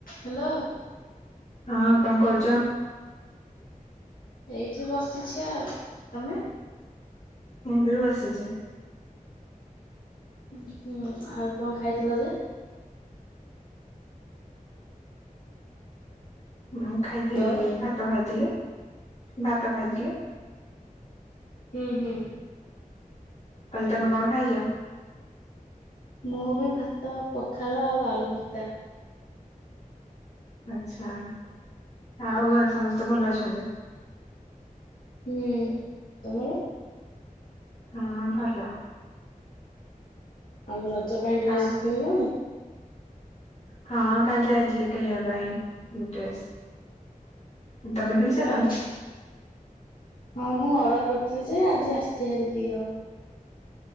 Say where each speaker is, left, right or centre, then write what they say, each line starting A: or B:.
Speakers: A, on the left; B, on the left.
A: Hello
B: ହଁ। କଣ କରୁଛ।
A: ଏଇଠି ବସିଛି ଆଉ ତମେ
B: ମୁଁ ବି ବସିଛି।
A: ହୁଁ ହୁଁ ଆଉ କଣ ଖାଇଥିଲ ଯେ?
B: ମୁଁ ଖାଇଥିଲି
A: ହ୍ୟାଲୋ
B: ଭାତ ଖାଇଥିଲି। ଭାତ ଖାଇଥିଲି।
A: ହୁଁ ହୁଁ।
B: କାଲି
A: ଭଲ
B: ତମେ କଣ ଖାଇଛ?
A: ମୁଁ ବି ଭାତ ପଖାଳ ଆଉ ଆଳୁ ଭର୍ତ୍ତା।
B: ଆଚ୍ଛା। ଆଉ ଘରେ ସମସ୍ତେ ଭଲ ଅଛନ୍ତି?
A: ହୁଁ ତୁମର?
B: ହଁ ଭଲ।
A: ଆଉ ର ରଜ ପାଇଁ
B: ହଁ
A: ଡ୍ରେସ୍ କିଣିଲଣି?
B: ହଁ କାଲି ଯାଇଥିଲି କିଣିବା ପାଇଁ ଡ୍ରେସ୍ । ତମେ
A: ଭଲ
B: କିଣିସାରିଲଣି?
A: ଆଉ ହଁ ମୁଁ ଅର୍ଡ଼ର କରିଥିଲି ଯେ ଆଜି ଆସିଛି ଭାରି ଦି ହଳ।